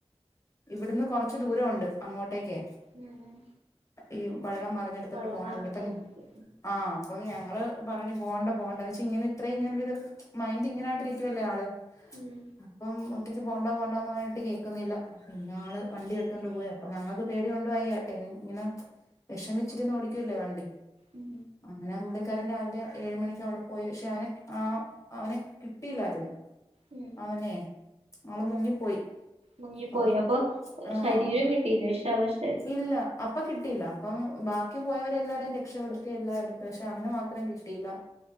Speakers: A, on the left; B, on the right.
A: ഇവിടുന്ന് കൊറച്ച് ദൂരം ഉണ്ട് അങ്ങോട്ടേക്ക്
B: ഉം ഉം
A: ഈ വള്ളം മറിഞ്ഞെടുത്തിട്ട്
B: വെള്ളം
A: പോണങ്കിൽ
B: നിറഞ്ഞ
A: പ്പോ
B: സ്ഥലത്തേക്ക്
A: ആഹ് അപ്പം ഞങ്ങള് പറഞ്ഞു പോണ്ട പോണ്ട വെച്ച ഇങ്ങനെ ഇത്രയും ഇങ്ങനെ ത് മൈൻഡ് ഇങ്ങനയിട്ടിരിക്കുവല്ലേ ആള്
B: മ്മ്
A: അപ്പം ഒറ്റയ്ക്ക് പോണ്ട പോണ്ടന്ന് പറഞ്ഞിട്ട് കേൾക്കുന്നില്ല, ഇന്നാള് വണ്ടി എടുത്തോണ്ട് പോയി അപ്പൊ ഞങ്ങൾക്ക് പേടി കൊണ്ട് വയ്യ ട്ടെൻ ഇങ്ങന, വെഷമിച്ചിരുന്ന് ഓടിക്കല്ലേ വണ്ടി,
B: ഉം
A: അങ്ങനെ ആ പുള്ളിക്കാരൻ രാവിലെ ഏഴ് മണിക്ക് അവിടെ പോയി പക്ഷെ അവനെ ആ അവനെ കിട്ടിയില്ലായിരുന്നു,
B: ഉം
A: അവനെ ആള് മുങ്ങിപ്പോയി,
B: മുങ്ങിപ്പോയി
A: അപ്പം
B: അപ്പൊ
A: ആഹ്
B: ശരീരം കിട്ടിയില്ലെ ശവ ശ്
A: ഇല്ല. അപ്പൊ കിട്ടിയില്ല, അപ്പം ബാക്കി പോയവരെ എല്ലാരേയും രക്ഷപ്പെടുത്തി, എല്ലാടുത്ത് പക്ഷെ അവനെ മാത്രം കിട്ടിയില്ല,